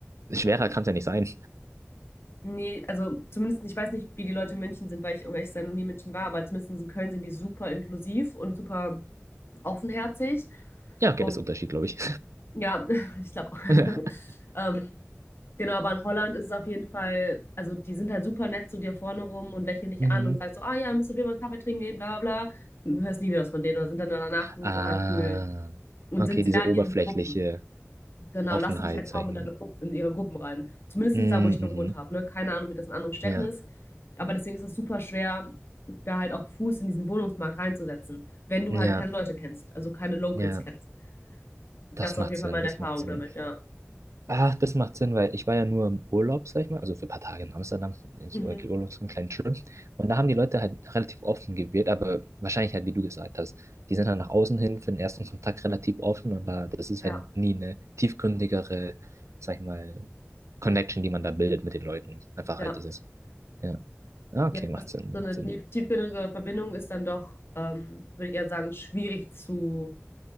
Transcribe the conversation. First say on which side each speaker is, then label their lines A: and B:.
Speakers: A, on the right; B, on the left.
A: schwerer kann es ja nicht sein.
B: Nee, also zumindest, ich weiß nicht, wie die Leute in München sind, weil ich, um ehrlich zu sein, noch nie in München war, aber zumindest in Köln sind die super inklusiv und super offenherzig.
A: Ja, okay,
B: Und
A: das ist ein Unterschied, glaube ich.
B: ja, <laughs> ich glaube auch.
A: <laughs>
B: Ähm, Genau, aber in Holland ist es auf jeden Fall, also die sind halt super nett zu dir vorne rum und lächeln dich
A: Mhm.
B: an und sagen so, ah ja, müsst ihr mal einen Kaffee trinken gehen, bla bla bla. Hörst nie wieder was von denen oder sind dann danach so
A: Ah,
B: total kühl und
A: okay,
B: sind sehr
A: diese
B: in
A: oberflächliche
B: ihren Gruppen. Genau,
A: Offenheit,
B: lassen dich halt
A: sag
B: kaum
A: ich mal.
B: in deine Gruppen, in ihre Gruppen rein. Zumindest
A: Mhm,
B: da, wo ich gewohnt
A: mhm.
B: habe, ne? Keine Ahnung, wie das in anderen Städten
A: Ja,
B: ist. Aber deswegen ist es super schwer, da halt auch Fuß in diesen Wohnungsmarkt reinzusetzen, wenn du
A: ja,
B: halt keine Leute kennst, also keine Locals
A: ja.
B: kennst.
A: Das
B: Das war
A: macht
B: auf jeden
A: Sinn,
B: Fall meine
A: das
B: Erfahrung
A: macht Sinn.
B: damit, ja.
A: Ach, das macht Sinn, weil ich war ja nur im Urlaub, sag ich mal, also für ein paar Tage in Amsterdam, nicht
B: Mhm.
A: Ur- Urlaub, so einen kleinen Trip. Und da haben die Leute halt relativ offen gewirkt, aber wahrscheinlich halt, wie du gesagt hast, die sind halt nach außen hin für den ersten Kontakt relativ offen, aber das ist
B: Ja,
A: halt nie eine tiefgründigere, sag ich mal, Connection, die man da bildet mit den Leuten. Einfach
B: ja.
A: halt dieses, ja, Ah, okay,
B: Ja,
A: macht
B: das ist
A: Sinn,
B: so eine
A: macht Sinn.
B: nie- tiefgründige Verbindung ist dann doch, ähm, würde ich eher sagen, schwierig zu,